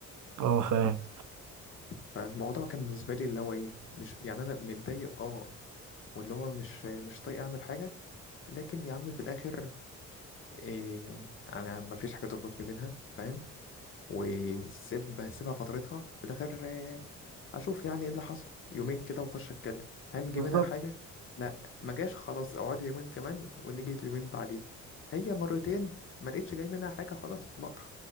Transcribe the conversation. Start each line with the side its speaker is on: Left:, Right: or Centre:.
Right: اه فاهم
Left: فالموضوع كان بالنسبة لي اللي هو ايه مش يعني انا متضايق اه واللي هو مش مش طايق اعمل حاجة لكن يا عم في الاخر إيه انا ما فيش حاجة تربط ما بينها فاهم وسيب سيبها فترتها في الاخر إيه اشوف يعني ايه اللي حصل يومين كده واخش اتكلم هل جه
Right: بالظبط
Left: منها حاجة لا ما جاش خلاص اقعدي يومين كمان ونيجي اليومين بعديه هي مرتين ما لقيتش جاي منها حاجة خلاص بقطع